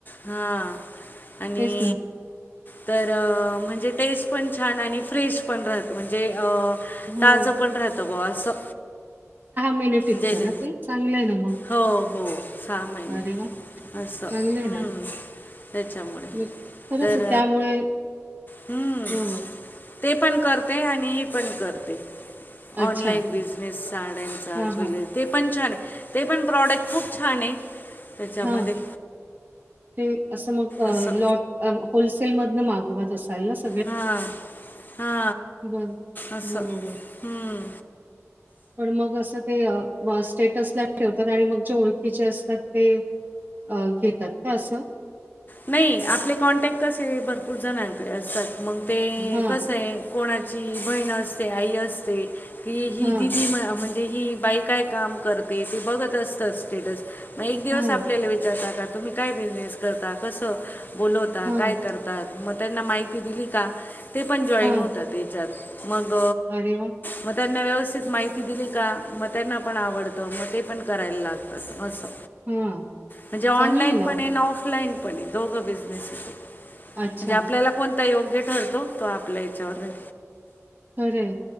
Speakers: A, on the left (about 40°); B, on the right (about 40°).
A: हां आणि
B: तेच ना.
A: तर म्हणजे टेस्ट पण छान आणि फ्रेश पण राहत म्हणजे आ
B: हो,
A: ताजं पण राहतं बुआ असं.
B: महिने टिकतं
A: जेवेन
B: ना ते? चांगलं आहे ना मग.
A: हो हो सहा महिने.
B: अरे वाह!
A: असं
B: चांगलं आहे
A: हम
B: ना.
A: त्याच्यामुळे
B: मग खरंच
A: तर
B: आहे त्यामुळे
A: हम्म.
B: हो हो.
A: ते पण करते, आणि हे पण करते
B: अच्छा.
A: ऑनलाइन बिझनेस साड्यांचा,
B: हां, हां.
A: ज्वेलरी ते पण छान आहे. ते पण प्रॉडक्ट खूप छान आहे. त्याच्यामध्ये
B: हा ते असं मग अ
A: असं
B: लॉट अ होलसेल मधन मागवत असाल ना स
A: हा हा
B: बरं.
A: अस
B: बरोबर.
A: हम्म.
B: पण मग असं ते अ बुआ स्टेटस ला ठेवतात आणि मग जे ओळखीचे असतात ते घेतात का असं?
A: नाही आपले कॉन्टॅक्ट कसे भरपूर जणांकडे असतात मग ते
B: हां,
A: कसं आहे कोणाची बहीण असते आई असते की ही
B: हां,
A: दिदी म म्हणजे ही बाई काय काम करते ते बघत असतात स्टेटस मग एक दिवस
B: हां,
A: आपल्याला विचारता. तुम्ही काय बिझनेस करता कसं बोलवता
B: हां,
A: काय करता. मग त्यांना माहिती दिली का ते पण जॉईन
B: हां.
A: होता त्याच्यात मग
B: अरे वाह!
A: मग त्यांना व्यवस्थित माहिती दिली का मग त्यांना पण आवडतं मग ते पण करायला लागतात असं.
B: हां.
A: म्हणजे ऑनलाइन
B: चांगलं ना
A: पण
B: हो.
A: आहे. आणि ऑफलाइन पण आहे. दोघं बिझनेस ये.
B: अच्छा.
A: म्हणजे आपल्याला कोणता योग्य ठरतो, तो आपल्या याच्यावर राहील.
B: खरे हे.